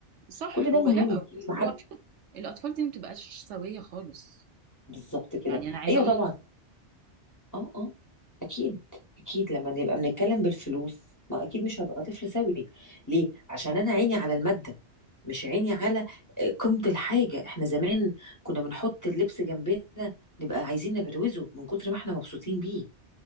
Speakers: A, on the right; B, on the left.
A: صح
B: كل ده
A: ولا
B: مهم مش محل
A: و- الاطفال دي ما بتبقاش سويه خالص
B: بالظبط كده
A: يعني انا عايزه
B: ايوه
A: اقول
B: طبعا اه اه اكيد اكيد لما نبقى بنتكلم بالفلوس ما اكيد مش هبقى طفل سوي ليه عشان انا عيني على الماده مش عيني على آه، قيمه الحاجه احنا زمان كنا بنحط اللبس جنبنا نبقى عايزين نبروزه من كتر ما احنا مبسوطين بيه